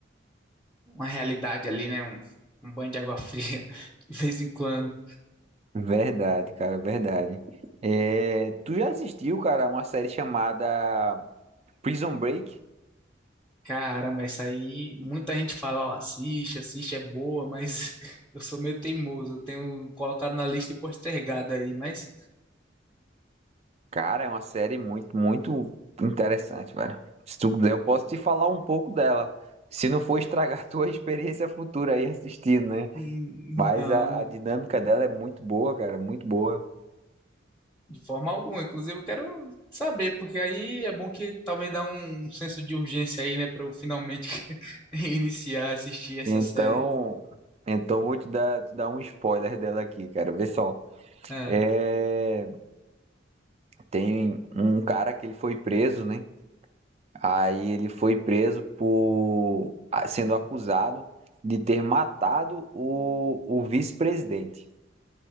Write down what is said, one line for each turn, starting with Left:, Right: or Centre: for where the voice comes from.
Centre: uma realidade ali, né? Um, um banho de água fria <laughs> de vez em quando.
Right: Verdade, cara, verdade. É, tu já assistiu, cara, uma série chamada Prison Break?
Centre: Caramba, isso aí. Muita gente fala, ó, assiste, assiste, é boa, mas <laughs> eu sou meio teimoso. Eu tenho colocado na lista e postergado aí, mas
Right: Cara, é uma série muito, muito interessante, velho. Se tu quiser, eu posso te falar um pouco dela. Se não for estragar <laughs> tua experiência futura aí assistindo, né?
Centre: hum,
Right: Mas
Centre: não.
Right: a, a dinâmica dela é muito boa, cara, muito boa.
Centre: De forma alguma. Inclusive, eu quero saber, porque aí é bom que talvez dá um senso de urgência aí, né, para eu finalmente <laughs> iniciar a assistir essa
Right: Então,
Centre: série.
Right: então vou te dar, te dar um spoiler dela aqui, cara. Vê só.
Centre: Ah,
Right: É, tem um cara que ele foi preso, né? Aí ele foi preso por sendo acusado de ter matado o, o vice-presidente.